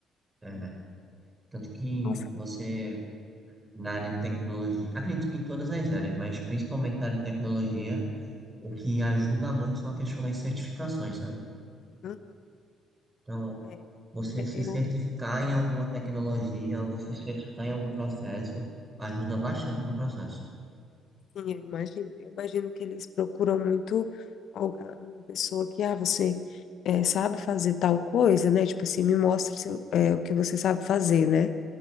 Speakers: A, on the right; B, on the left.
A: É, tanto que
B: Nossa,
A: você, na área de tecnologia, acredito que em todas as áreas, mas principalmente na área de tecnologia, o que ajuda muito são a questão das certificações, sabe?
B: uhum,
A: Então,
B: é,
A: você
B: é,
A: se
B: é,
A: certificar
B: eu,
A: em alguma tecnologia, ou você se certificar em algum processo, ajuda bastante no processo.
B: sim, eu imagino, eu imagino que eles procuram muito alga- uma pessoa que, ah, você é, sabe fazer tal coisa, né? Tipo assim, me mostra o seu- é, o que você sabe fazer, né?